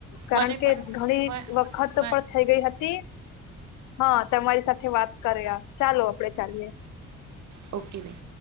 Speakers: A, on the left; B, on the right.
A: કારણ
B: મને
A: કે
B: પણ
A: ઘણી
B: મ મ
A: વખત
B: મ
A: પણ થઈ ગઈ હતી હા તમારી સાથે વાત કર્યા ચાલો આપડે ચાલીએ.
B: ઓકે બેન.